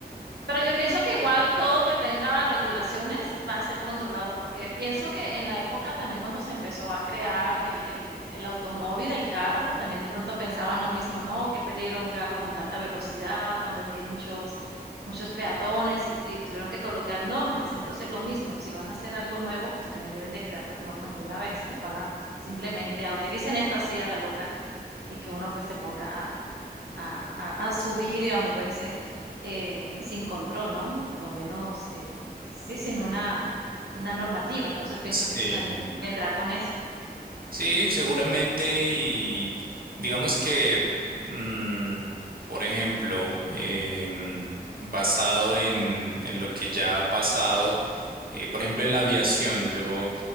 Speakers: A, on the right; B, on the right.
A: Pero yo pienso que igual todo que tenga regulaciones va a ser controlado, porque pienso que en la época también cuando se empezó a crear el, el- el automóvil, el carro, pues también de pronto pensaban lo mismo, ¿no? Qué peligro un carro con tanta velocidad, cuando aquí hay muchos, muchos peatones y, y tuvieron que colocar normas. Entonces lo mismo, si van a hacer algo nuevo, pues también deben de crear las normas de una vez, no van a simplemente a utilicen esto así a la loca y que uno pues se ponga a, a, a- a subir y a moverse eh, sin control, ¿no? O por lo menos, eh, sí, sin una, una normativa. Entonces pienso
B: Sí.
A: que eso también vendrá con eso.
B: Sí, seguramente y digamos que, mm, por ejemplo, em, basado en, en lo que ya ha pasado, eh, por ejemplo, en la aviación, yo